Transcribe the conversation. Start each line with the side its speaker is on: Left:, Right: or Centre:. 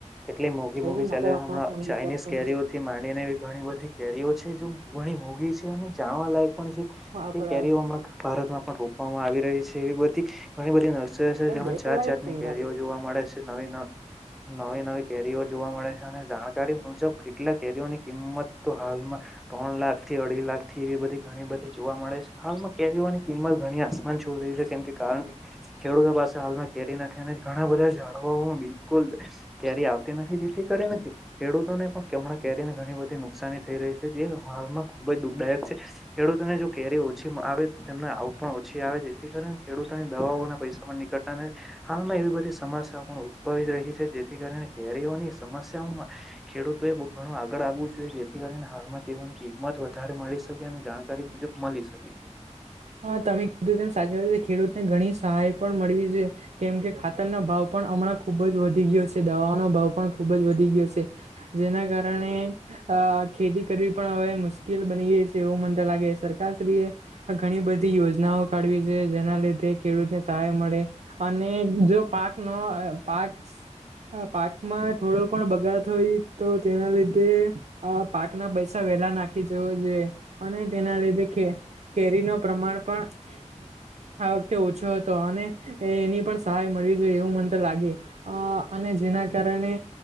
Centre: કેટલી મોઘી
Right: એને
Centre: મોઘી
Right: ના
Centre: ચાલે
Right: કરવા
Centre: હમણાં
Right: ફોન
Centre: ચાઇનીઝ
Right: કરતા
Centre: કેરીઓ
Right: નથી.
Centre: થી માંડીને એવી ઘણી બધી કેરીઓ છે જો ઘણી મોગી છે અને જાણવાલાયક પણ છે
Right: હા આપડા
Centre: તે કેરીઓ હમં ભારતમાં પણ રોપવામાં આવી રહી છે એવ બધી ઘણી બધી નર્સરી જેમાં
Right: બે
Centre: જાત
Right: કલાક
Centre: જાતની
Right: જ ખાલી
Centre: કેરીઓ જોવા મળે છે નવી નવ નવી નવી કેરીઓ જોવા મળે છે અને જાણકારી મુજબ કેટલા કેરીઓની કિંમત તો હાલમાં ત્રણ લાખ થી અઢી લાખ થી એવી બધી ઘણી બધી જોવા મળે છે હાલમાં કેરીઓની કિંમત ઘણી આસમાન છો રહી છે કેમ કે કારણ કે ખેડૂતો પાસે હાલમાં કેરી નથી અને ઘણા બધા ઝાડવામાં બિલકુલ કેરી આવતી નથી જેથી કરી ને ખેડૂતોને પણ કેમણાં કેરીને ઘણી બધી નુકસાની થઈ રહી છે જે હાલમાં ખુબ જ દુઃખદાયક છે ખેડૂતોને જો કેરી ઓછી આવે તોને આવ ક પણ ઓછી આવે જેથી કારણે ખેડૂતોની દવાઓના પૈસા પણ નીકળે અને હાલમાં એવી બધી સમસ્યા પણ ઉદભવી રહી છે જેથી કરીને કેરીઓની સમસ્યાઓમાં ખેડૂતો એ બહુ ઘણું આગળ આવવું જોઈએ જેથી કરીને હાલમાં તેઓની કિંમત વધારે મળી શકે અને જાણકારી મુજબ મળી શકે
Right: હા તમે કીધું સાચી વાત ખેડૂતને ઘણી સહાય પણ મળવી છે કેમ કે ખા તરનો ભાવ પણ હમણાં ખુબ જ વધી ગયો છે દવાનો ભાવ પણ ખૂબ જ વધી ગયો છે જેના કારણે અ ખેતી કર કરવી પણ હવે મુશ્કેલ બની એવું મનત લાગે સરકારશ્રીએ આ ઘણી બધી યોજનાઓ કાઢવી જોઈએ જેના લીધે ખેડૂતને સહાય મળે અને જો પાક નો પાક હ પાકમાં થોડો પણ બગાડ થય તો તેના લીધે આ પાક ના પૈસા પેલા નાખી જવુ જોઈએ અને તેના લીધે કેરી કેેરીનો પ્રમાણ પણ <inaudible> આ વખતે ઓછો હતો અને એની પણ સહાય મળવી જોઈએ એવું મન તો લાગે અ અને જેના કારણે